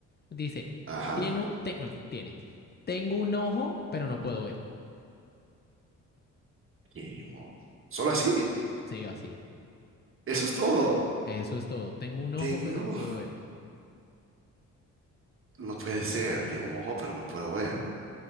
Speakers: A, on the left; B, on the right.
A: Dice,
B: Ajá,
A: tiene un, te- eh, tiene, tengo un ojo, pero no puedo ver.
B: y mo- solo así.
A: Sí, así.
B: Eso es todo.
A: Eso es todo. Tengo un ojo,
B: Tengo,
A: pero no puedo ver.
B: no puede ser, tengo un ojo, pero no puedo ver.